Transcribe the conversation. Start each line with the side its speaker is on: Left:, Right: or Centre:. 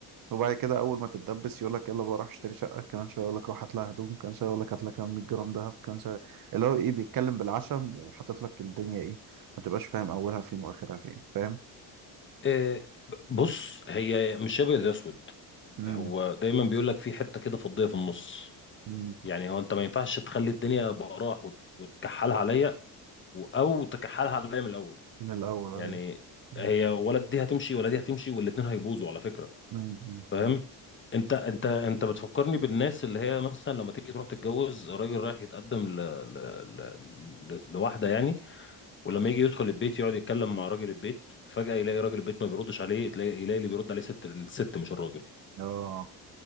Right: وبعد كده اول ما تتدبس يقول لك يلا بقى روح اشتري شقه كمان شويه يقول لك روح هات لها هدوم كمان شويه يقول لك هات لها كمان 100 جرام دهب كمان شويه اللي هو ايه بيتكلم بالعشم وحاطط لك الدنيا ايه ما تبقاش فاهم اولها فين واخرها فين فاهم
Left: آه بص هي مش ابيض يا اسود
Right: امم
Left: هو دايما بيقول لك في حته كده فضيه في النص
Right: أمم.
Left: يعني هو انت ما ينفعش تخلي الدنيا براح وت- وتكحلها عليا و- او تكحلها عليا من الاول
Right: من الاول
Left: يعني
Right: ايوه
Left: هي
Right: أمم.
Left: ولا دي هتمشي ولا دي هتمشي والاتنين هيبوظوا على فكره
Right: أمم.
Left: فاهم
Right: أمم.
Left: انت انت انت بتفكرني بالناس اللي هي مثلا لما تيجي تروح تتجوز راجل رايح يتقدم ل... ل... ل... ل- لواحده يعني ولما يجي يدخل البيت يقعد يتكلم مع راجل البيت فجأة يلاقي راجل البيت ما بيردش عليه تلاقي يلاقي اللي بيرد عليه ست الست مش الراجل
Right: اه